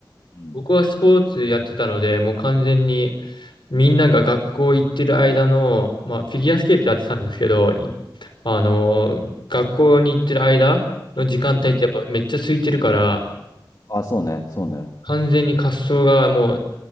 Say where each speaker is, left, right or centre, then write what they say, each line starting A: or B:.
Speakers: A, on the left; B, on the left.
A: うん。
B: 僕はスポーツやってたので、もう完全にみんなが学校行ってる間の、まあ、フィギュアスケートやってたんですけど、いあのー、学校に行ってる間の時間帯ってやっぱめっちゃ空いてるから、
A: うん。あ、そうね、そうね。
B: 完全に滑走がもう、